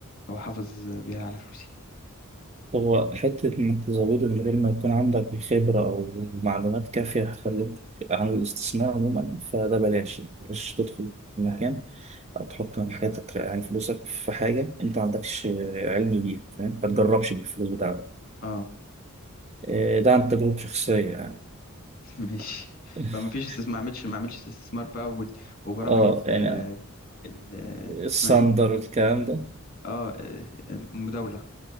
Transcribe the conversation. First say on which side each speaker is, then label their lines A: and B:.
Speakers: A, on the left; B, on the right.
A: او احافظ بيها على فلوسي
B: هو حتة إنك تزوده من غير ما يكون عندك خبرة أو معلومات كافية هتخليك عن الاستثمار عموما فده بلاش بلاش تدخل في مكان أو تحط من حياتك يعني فلوسك في حاجة أنت ما عندكش علم بيها فاهم ما تجربش بالفلوس بتاعتك
A: اه
B: آه، ده عن تجربة شخصية يعني
A: <laughs> ماشي
B: <laughs>
A: فما فيش استثمار ما اعملش ما اعملش استثمار بقى وال- وبرامج
B: اه
A: ال
B: يعني
A: ال
B: الساندر
A: اسمها ايه
B: والكلام ده
A: اه آه، مداوله